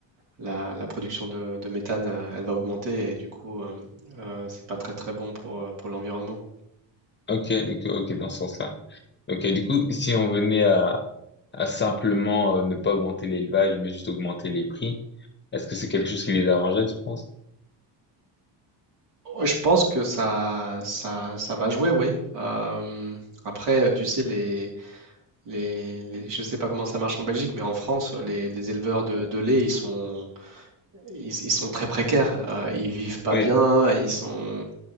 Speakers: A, on the right; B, on the left.
A: la, la production de, de méthane, euh, elle va augmenter et du coup, euh, euh, c'est pas très très bon pour, euh, pour l'environnement.
B: Ok, ok, du coup, ok, dans ce sens-là. Ok, du coup, si on venait à, à simplement euh, ne pas augmenter l'élevage, mais juste augmenter les prix, est-ce que c'est quelque chose qui les arrangerait, tu penses?
A: Ouais, je pense que ça, ça, ça va jouer, oui. Euh, après, tu sais, les, les, les- je ne sais pas comment ça marche en Belgique, mais en France, les, les éleveurs de, de lait, ils sont, ils, ils sont très précaires. Euh, ils vivent pas
B: Oui,
A: bien, ils sont,